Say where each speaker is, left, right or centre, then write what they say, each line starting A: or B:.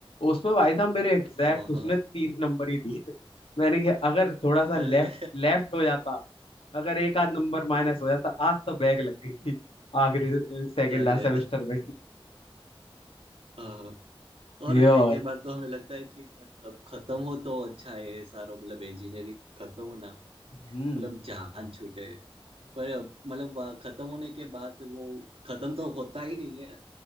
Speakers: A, on the left (about 75°); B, on the right (about 80°).
A: उसमें भाई साहब मेरे एग्जैक्ट
B: हाँ
A: उसने
B: हाँ
A: तीस नंबर ही दिए <laughs> मैंने कहा अगर थोड़ा सा
B: अरे
A: लेफ्ट लेफ्ट हो जाता अगर एक आध नंबर माइनस हो जाता आज तो बैक लग गई थी आखिरी सेकंड
B: अरे
A: लास्ट सेमेस्टर में
B: हाँ हाँ, और
A: ये और
B: कई कई बार तो हमें लगता है कि बस अब खत्म हो तो अच्छा है ये सारा मतलब इंजीनियरिंग खत्म हो ना
A: हम्म
B: मतलब जान छूटे पर अब मतलब वहाँ खत्म होने के बाद वो खत्म तो होता ही नहीं है